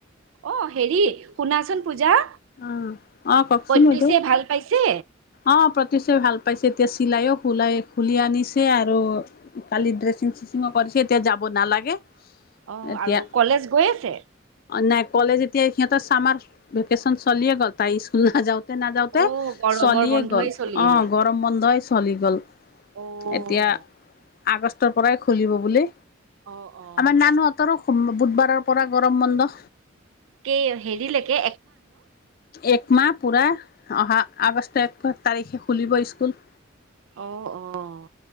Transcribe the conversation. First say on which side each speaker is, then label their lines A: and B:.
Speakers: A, on the right (about 75°); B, on the left (about 45°).
A: অঁ হেৰি শুনাচোন পূজা!
B: অঁ, অঁ কওঁকচোন
A: পঁয়ত্ৰিশে
B: বদে
A: ভাল পাইছে
B: অঁ প্ৰতিচয় ভাল পাই। পিছে এতিয়া চিলাইও খুলাই খুলি আনিছে আৰু কালি ড্ৰেছিং চেচিং কৰিছে এতিয়া যাব নালাগে
A: অ',
B: এতিয়া
A: আৰু কলেজ গৈ আছে
B: নাই ক'লে যে এতিয়া সিহঁতৰ চামাৰ ভেকেচন চলিয়ে গ'ল তাই স্কুল নাযাওঁ তে নাযাওঁতে
A: অ', গৰমৰ
B: চলিয়ে
A: বন্ধই
B: গ'ল
A: চলিল
B: অ গৰম বন্ধই চলি গ'ল।
A: অ',
B: এতিয়া আগষ্টৰ পৰাই খুলিব বুলি।
A: অ', অ',
B: আমাৰ নানুহঁতৰো বুধবাৰৰ পৰা গৰম বন্ধ।
A: কেই হেৰিলেকে
B: এক মাহ পূৰা। অহা আগষ্ট এক তাৰিখে খুলিব স্কুল।
A: অঁ, অঁ।